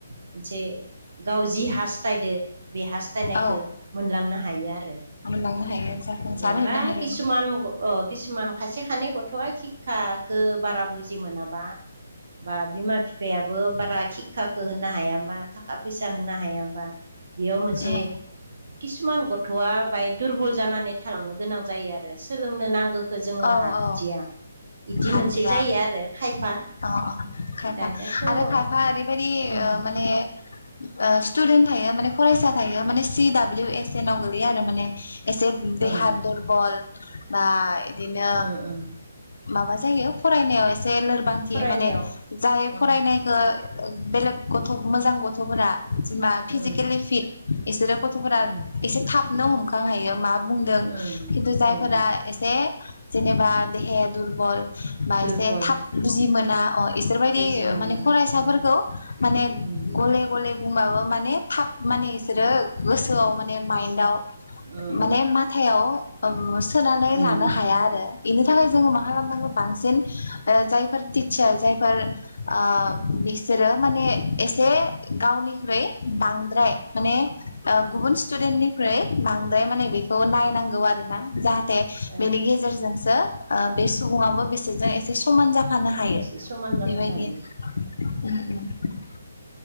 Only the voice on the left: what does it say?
औ
मोनलांनो हायो जाफुंसार
होनो हायो
उम
औ
औ
हादिया
अ अ खायफा
आरो खायफा ओरैबायदि
ओ माने ओ स्टुडेन्ट थायो माने फरायसा थायो माने सि डाब्लिउ एस एन नाव गोल लैयो आरो माने एसे देहा
दुरबल बा ण
माबा जायो फरायनायाव एस से लोरबांथि
माने जाय
फरायनायखो बेलेग गथ' मोजां गथ'फोरा। जेनबा फिजिकेलि
फिट इसोरो गथ'फोरा
एसे थाबनो हमखां हायो। मा बुंदों
खिन्थु जायफोरा
एसे जेनेबा देहाया दुरबल बा
एसे थाब बुजि मोना अ इसोरबायायदि
माने फरायसाफोरखौ
माने
गले गले ब माने थाब माने गसोरो गोसोआव माने माइन्दआव
माने मथायाव ओम सोनानै
लानो हाया आरो बेनि थाखाय जोङो मा खालामनांगो बांसिन ओ जायफोर टितचार जायफोर ओ बिसोरो माने एसे गावन निफ्राय बांद्राय माने ओ गुबुन स्टुदेननिख्रय बां द्राय माने बेखौ नायनांगौ आरो ना जाहाथे
बेनि गेजेरजोंसो ओ बे सुबुङाबो बिसोजों एसे समान जाफ फानो हायो
बेबायदि
आरो उम उम ।